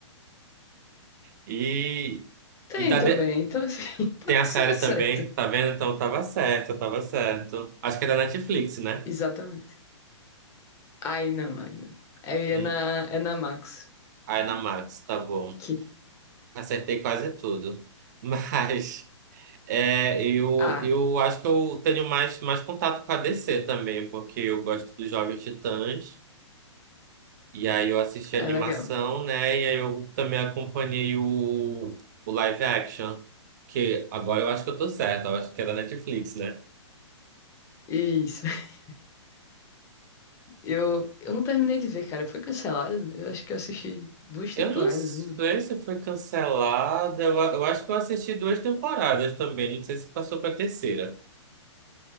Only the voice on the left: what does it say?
Tem
também,
então assim, <laughs> então
você
tá certo.
Exatamente. Aí não, aí não. Aí
é na, é na Max.
Que...
Ah,
é
legal.
Isso. <laughs> Eu, eu não terminei de ver, cara. Foi cancelado. Eu acho que eu assisti duas
temporadas,
uma.